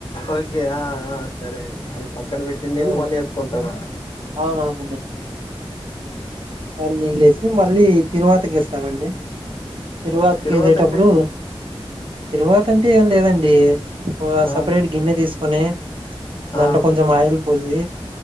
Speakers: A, on the left; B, on the right.
A: ఓకే ఆ ఆ సరే అండి. పక్కన పెట్టి నీళ్ళు
B: ఆ
A: మళ్ళీ వేసుకుంటారు‌.
B: అవునవునండి అన్నిలేసి మళ్ళీ తిరువాతికి ఏస్తామండి. తిరువాతికి
A: ఉమ్ తిరువాత
B: ఏసేటప్పుడు.
A: అంటే అండి
B: తిరువాత అంటే ఏం లేదండి
A: ఆ
B: సపరేట్ గిన్నె తీసుకొని. దాంట్లో
A: ఆ
B: కొంచం ఆయిల్ పోసి.